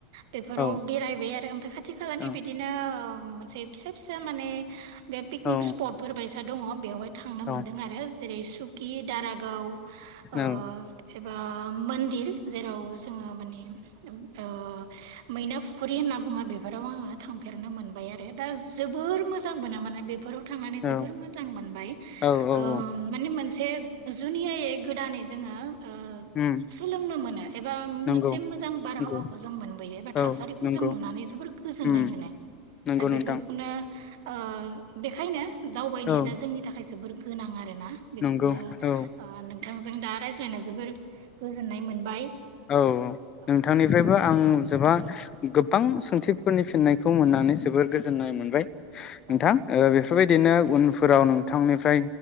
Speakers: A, on the right; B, on the left.
A: बेफोराव
B: औ
A: बेरायबाय आरो ओमफ्राय खाथि खालानि
B: औ
A: बिदिनो मोनसे फिसा फिसा माने बे पिकनिक
B: औ
A: स्पटफोर बायसा दंङ बेवहाय थांनो
B: औ
A: मोनदों आरो जेरै सुकि दाराग गाव ओ
B: औ
A: एबा मोन्दिर जेराव जोङो माने ओ मैना फुखुरि होनना बुङो बेफोराव आङो थांफेरनो मोनबाय आरो दा जोबोर मोजां मोनो माने बेफोराव थांनानै
B: औ
A: जोबोत मोजां मोनबाय
B: औ औ
A: ओ माने मोन से जुनियायै गोदानै जोंहा ओ
B: उम
A: सोलोंनो मोनो एबा
B: नंगौ
A: मोनसे मोजां बारहावाखौ
B: नंगौ
A: जों मोनबोयो एबा
B: औ
A: थासारिखौ
B: नंगौ
A: जों नुनानै जोबोर गोजोननाय
B: उम
A: मोनो
B: नंगौ
A: दा बेफोरखौनो
B: नोंथां
A: ओ बेखायनो दावबायनाया
B: औ
A: दा जोंनि थाखाय जोबोर गोनांआ रोना बेखौनो
B: नंगौ औ
A: ओ नों थांजों दा रायज्लायना जोबोर गोजोननाय मोनबाय।
B: औ
A: औ
B: नोंथांनिफ्रायबो आं जोबा गोबां सोंथिफोरनि फिन्नायखौ मोननानै जोबोर गोजोननाय मोनबाय।
A: औ
B: नोंथां ओ बे फोरबायदिनो उनफोराव नोंथांनिफ्राय